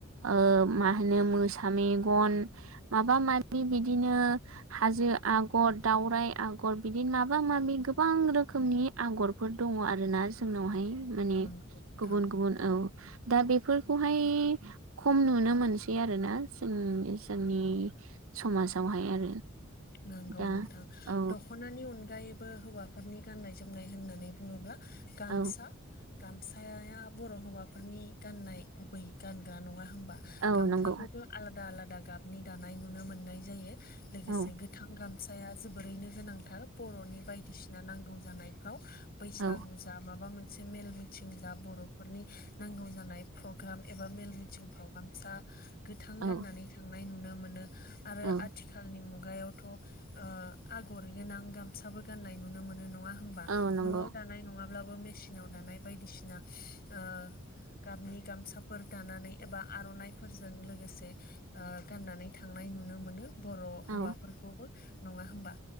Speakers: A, on the right (about 75°); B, on the left (about 50°).
A: ओ मा होनो मोसा सा मेगन माबा माबि बिदिनो हाजो आगर दावराइ आगर बिदिनो माबा माबि गोबां रोखोमनि आगरफोर दङ आरोना जोंनावहाय। माने
B: नंगौ नोंथां
A: गुबुन गुबुन औ दा बेफोरखौहाय खम नुनो मोनसै आरोना जों जोंनि समाजावहाय आरो
B: नंगौ
A: दा
B: नोंथां
A: औ
B: दख'नानि अनगायै बो हौवाफोरनि गाननाय जोमनाय होननानै बुङोब्ला गामसा।
A: औ
B: गामसायाया बर' हौवाफोरनि गाननाय गुबै गानग्रा नङा। होमबा‌
A: औ
B: गामसाखौबो
A: नंगौ
B: आलादा आलादा गाबनि दानाय नुनो मोननाय जायो लोगोसे
A: औ
B: गो गोथां गामसाया जोबोरैनो गोनांथार बर'नि बायदिसिना नांगौ जानायफ्राव। बैसागु
A: औ
B: जा माबा मोनसे मोनसे मेल मिथिं जा बर'फोरनि नांगौ जानाय प्रग्राम एबा मेल मिथिं फ्राव गामसा गोथां
A: औ
B: गाननानै थांनाय नुनो मोनो आरो
A: औ
B: आथिखालनि मुगायाव। थ ओ आगर गोनां गामसाबो गाननाय नुनो मोनो नङा। होनबा
A: औ नंगौ
B: न'आव दानाय नङाब्ला मेसिनाव दानाय बायदिसिना ओ गाबनि गामसाफोर दानानै एबा आर'नाइफोरजों लोगोसे ओ गाननानै थांनाय नुनो मोनो बर' हौवा
A: औ
B: नङा होमबा।